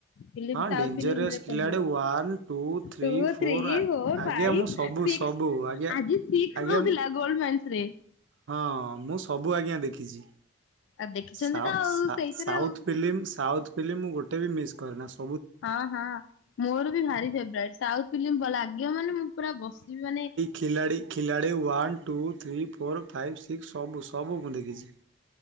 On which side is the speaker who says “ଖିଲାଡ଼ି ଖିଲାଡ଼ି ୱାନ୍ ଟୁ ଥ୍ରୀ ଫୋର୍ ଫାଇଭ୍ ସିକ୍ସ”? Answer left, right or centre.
Right